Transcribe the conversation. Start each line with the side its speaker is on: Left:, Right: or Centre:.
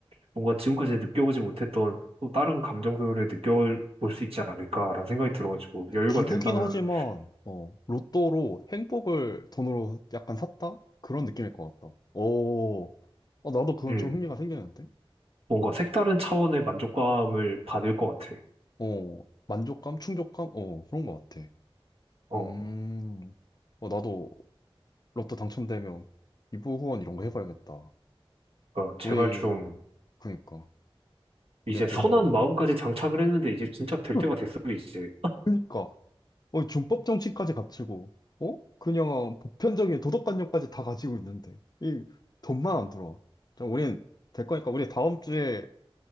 Right: 뭔가 지금까지 느껴보지 못했던 또 다른 감정들을 느껴볼 수 있지 않을까라는 생각이 들어가지고 여유가
Left: 기부긴
Right: 된다면,
Left: 하지만 어 로또로 행복을 돈으로 약간 샀다 그런 느낌일 것 같다 오 어, 나도 그건
Right: 음,
Left: 좀 흥미가 생기는데
Right: 뭔가 색다른 차원의 만족감을 받을 것 같아.
Left: 어 만족감 충족감 어 그런 것 같아
Right: 어,
Left: 음어 나도 로또 당첨되면 기부 후원 이런 거 해봐야겠다
Right: 그러니까 제발
Left: 우리,
Right: 좀
Left: 어, 그니까. 우리한테
Right: 이제 선한
Left: 좀,
Right: 마음까지 장착을 했는데 이제 진짜 될
Left: 어,
Right: 때가 됐어, 이제.
Left: 그니까. 어, 준법 정신까지 갖추고, 어? 그냥 보편적인 도덕관념까지 다 가지고 있는데, 이 돈만 안 들어와. 좀 우린 될 거니까, 우리 다음 주에